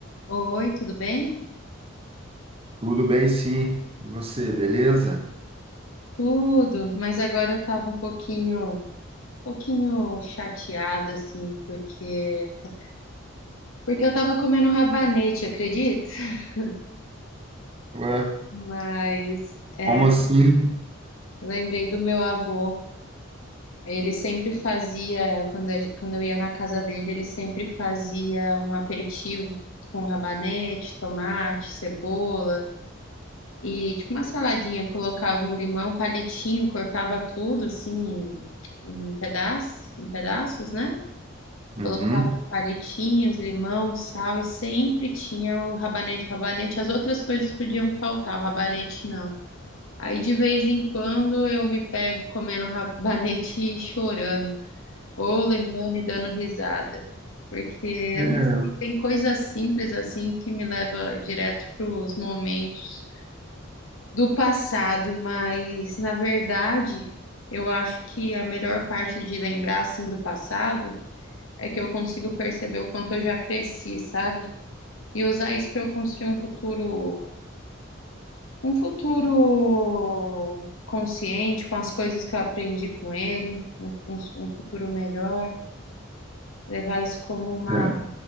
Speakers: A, on the left; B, on the right.
A: Oi, tudo bem?
B: Tudo bem, sim. E você, beleza?
A: Tudo, mas agora eu tava um pouquinho, um pouquinho chateada assim, porque tá, porque eu tava comendo rabanete, acredita? <laughs>
B: Ué,
A: Mas é,
B: como assim?
A: lembrei do meu avô. Ele sempre fazia, quando, a gen- quando eu ia na casa dele, ele sempre fazia um aperitivo com rabanete, tomate, cebola. E tipo uma saladinha, colocava um limão, um palitinho, cortava tudo assim em pedaços, em pedaços, né?
B: Uhum.
A: Colocava palitinhos, limão, sal e sempre tinha o rabanete. O rabanete, as outras coisas podiam faltar, o rabanete não. Aí de vez em quando eu me pego comendo rabanete e chorando, ou lembrando e dando risada, porque
B: É,
A: eu não sei, tem coisa simples assim que me leva direto para os momentos do passado, mas na verdade, eu acho que a melhor parte de lembrar assim do passado é que eu consigo perceber o quanto eu já cresci, sabe? E usar isso para eu construir um futuro, um futuro consciente com as coisas que eu aprendi com ele, um, um- um futuro melhor. Levar isso como uma,
B: é,